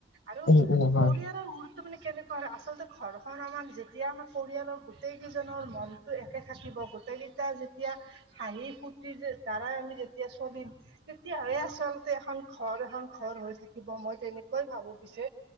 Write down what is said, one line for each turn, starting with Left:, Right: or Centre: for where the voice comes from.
Right: আৰু
Left: উম উম হয়
Right: পৰিয়ালত কেনেকুৱা হয় আচলতে ঘৰখন আমাৰ যেতিয়া আমাৰ পৰিয়ালৰ গোটেই কেইজনৰ মনতো একে থাকিব গোটেই কেইটা যেতিয়া হাঁহি ফু্তি যে দ্বাৰা আমি যেতিয়া চলিম তেতিয়াহে আচল তে এখন ঘৰ এখন ঘৰ হৈ থাকিব মই তেনেকই ভাবো পিছে